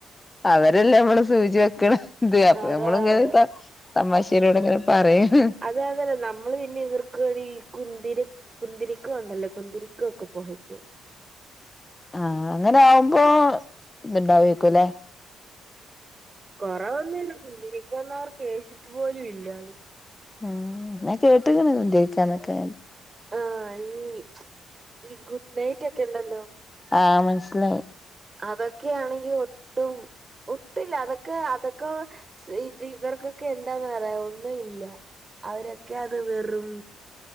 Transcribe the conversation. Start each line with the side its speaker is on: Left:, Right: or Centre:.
Left: അവരല്ലേ നമ്മളെ സൂചി വെക്ക്ണ അത് അപ്പൊ
Right: അതെ
Left: നമ്മൾ ഇങ്ങനെ
Right: അതെ
Left: ത തമാശയിലൂടെ ഇങ്ങനെ പറയും
Right: അതെ അതല്ല നമ്മള് പിന്നെ ഇവർക്ക് വേണ്ടി ഈ കുന്തിരി കുന്തിരിക്ക ഉണ്ടല്ലോ കുന്തിരിക്ക ഒക്കെ പോകയ്ക്കും
Left: ആഹ് അങ്ങനെ ആവുമ്പോ ഇണ്ടാവേക്കുല്ലെ
Right: കൊറവൊന്നുല്ല കുന്തിരി ക്കൊന്നും അവർ ക്ക് ഏറ്റ്ട്ട് പോലു ഇല്ലാന്ന്
Left: ഉം ഞാൻ കേട്ട്ക്ക്ണ് കുന്തിരിക്കാനൊക്കെ
Right: ആഹ് ഈ ഈ ഗുഡ് നൈറ്റ് ഒക്കെ ഉണ്ടല്ലോ
Left: ആഹ് മനസ്സിലായി
Right: അതൊക്കെയാണെങ്കി ഒട്ടും ഒട്ടുല്ല അതൊക്കെ അതൊക്കെ ഇത് ഇവർക്കൊക്കെ എന്താന്ന് അറിയോ ഒന്നു ഇല്ല അവരൊക്കെ അത് വെറും